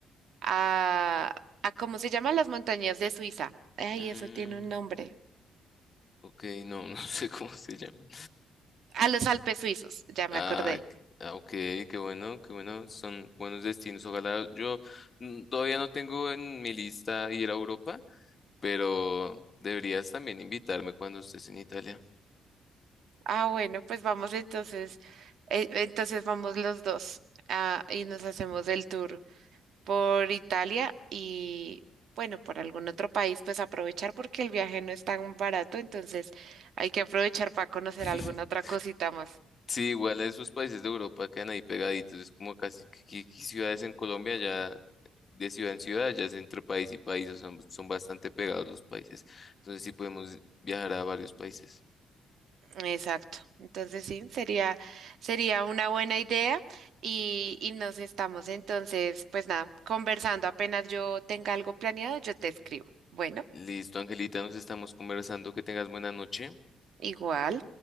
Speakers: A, on the right (about 70°); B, on the left (about 40°).
A: a, a ¿cómo se llaman las montañas de Suiza? Ay,
B: Mm,
A: eso tiene un nombre.
B: ok, no, <laughs> no sé cómo se llaman.
A: A los Alpes suizos, ya me
B: Ah,
A: acordé.
B: c- ah, ok, qué bueno, qué bueno, son buenos destinos. Ojalá yo mm, todavía no tengo en mi lista ir a Europa, pero deberías también invitarme cuando estés en Italia.
A: Ah, bueno, pues vamos entonces, eh, entonces vamos los dos ah, y nos hacemos el tour por Italia y bueno, por algún otro país, pues aprovechar porque el viaje no es tan barato, entonces hay que aprovechar para conocer
B: <laughs>
A: alguna otra cosita más.
B: Sí, igual esos países de Europa quedan ahí pegaditos, es como casi que, que- que ciudades en Colombia ya, de ciudad en ciudad, ya es entre país y país, o sea, son, son bastante pegados los países. Entonces sí podemos viajar a varios países.
A: Exacto. Entonces sí, sería, sería una buena idea y, y nos estamos entonces, pues nada, conversando. Apenas yo tenga algo planeado, yo te escribo. Bueno,
B: Listo, Angelita, nos estamos conversando, que tengas buena noche.
A: igual.